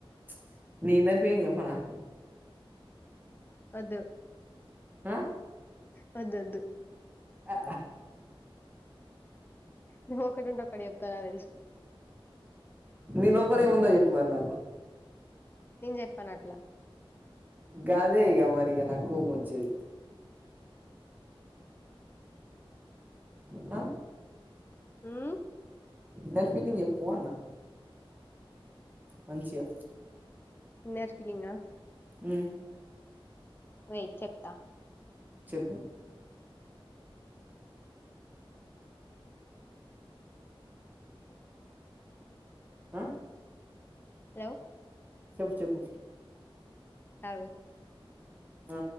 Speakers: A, on the right; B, on the left.
A: <unintelligible> చెప్పనా
B: వద్దు
A: ఆ
B: వద్దద్దు
A: ఆ
B: నువ్వు ఒకటింటే ఒకటి చెప్తావ్ నాకు తెలుసు
A: మీ లోపల ఏముందో చెప్పుమరి న్నాకు
B: నేను చెప్పాను అట్లా
A: గదే ఇక మరిక నాకు కోపం వోచ్చేది హా
B: హు
A: ఇన్నర్ చెప్పు అన్న మంచి గా
B: ఇన్నర్ ఫీలింగ
A: హ్
B: వెయిట్ చెప్తా
A: చెప్పు ఆ
B: హలో
A: చెప్పు చెప్పు
B: చెప్తా అగు
A: ఆ